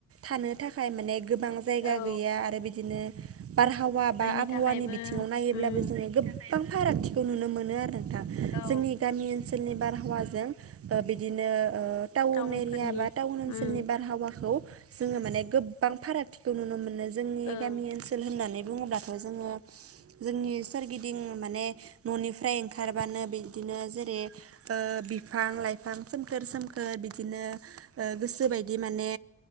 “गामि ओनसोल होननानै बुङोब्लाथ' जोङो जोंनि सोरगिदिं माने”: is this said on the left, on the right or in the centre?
Right